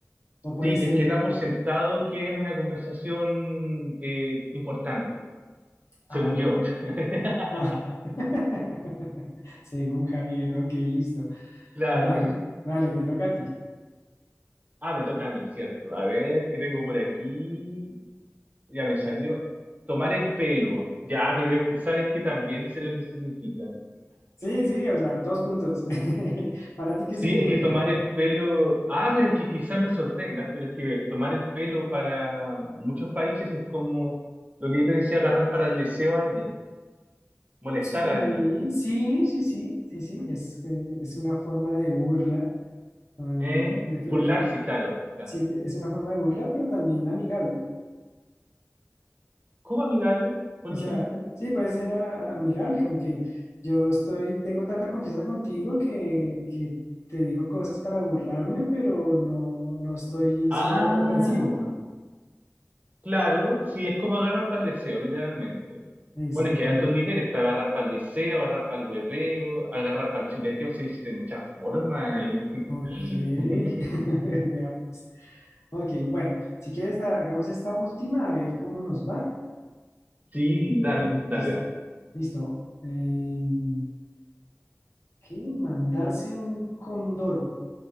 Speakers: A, on the left; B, on the right.
A: o puede
B: Sí,
A: ser,
B: es que da por sentado que es una conversación eh, importante,
A: ah,
B: según yo. <laughs>
A: ah. <laughs> Según Javier, ok, listo,
B: Claro.
A: vale, vale, te toca a ti.
B: Ah, me toca a mí, cierto. A ver, ¿qué tengo por aquí? Ya me salió. Tomar el pelo. Ya, pero este, ¿sabes que también sé lo que significa?
A: Sí, sí, o sea, dos puntos. <laughs> ¿Para ti qué
B: Sí,
A: significa?
B: es que tomar el pelo, ah, pero es que quizás me sorprenda, pero es que tomar el pelo para muchos países es como lo que yo te decía, agarrar para el deseo a alguien, molestar
A: Sí,
B: a alguien,
A: sí, sí, sí, sí, sí, es, eh, es una forma de burla, ah, de-
B: ¿eh? Burlarse,
A: eh,
B: claro, claro.
A: sí, es una forma de burla, pero también amigable.
B: ¿Cómo amigable, por
A: O
B: ejemplo?
A: sea, sí, puede ser a- a- amigable, como que yo estoy, tengo tanta confianza contigo que, que te digo cosas para burlarme, pero no, no estoy
B: Ah,
A: siendo ofensivo.
B: claro, sí, es como agarrar para el deseo, literalmente.
A: Exactamente.
B: Bueno, es que hay altos niveles, está agarrar para el deseo, agarrar para el hueveo, agarrar para el chuleteo, se dice de muchas formas. y-
A: Ok.
B: <laughs>
A: <laughs> Vea pues. Ok, bueno, si quieres da- hagamos esta última a ver cómo nos va.
B: Sí, dale,
A: A ver,
B: dale,
A: listo.
B: dale.
A: Listo. Eh, ¿qué? Mandarse un condoro.